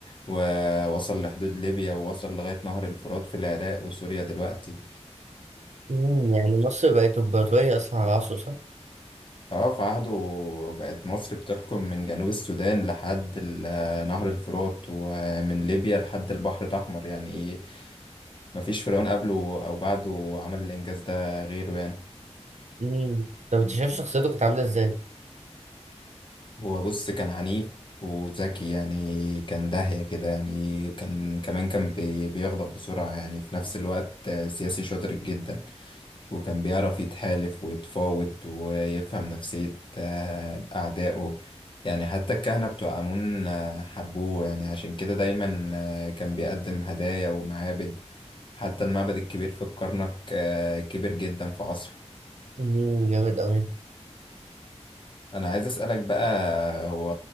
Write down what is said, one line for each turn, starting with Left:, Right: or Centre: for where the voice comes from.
Left: ووصل لحدود ليبيا ووصل لغاية نهر الفرات في العراق وسوريا دلوقتي
Right: مم، يعني مصر بقت إمبراطورية أصلا على عصره صح؟
Left: اه في عهده بقت مصر بتحكم من جنوب السودان لحد ال- نهر الفرات ومن ليبيا لحد البحر الأحمر يعني مفيش فرعون قبله أو بعده عمل الإنجاز ده غيره يعني
Right: مم. طب أنت شايف شخصيته كانت عاملة إزاي؟
Left: هو بص كان عنيف وذكي يعني كان داهية كده يعني كان كمان كان بي- بيغضب بسرعة يعني في نفس الوقت سياسي شاطر جدا وكان بيعرف يتحالف ويتفاوض ويفهم نفسية آه، أعدائه يعني حتى الكهنة بتوع آمون آه، حبوه يعني عشان كده دايما آه، كان بيقدم هدايا ومعابد حتى المعبد الكبير في الكرنك آه، كبر جدا في عصره
Right: مم، جامد أوي
Left: أنا عايز أسألك بقى هو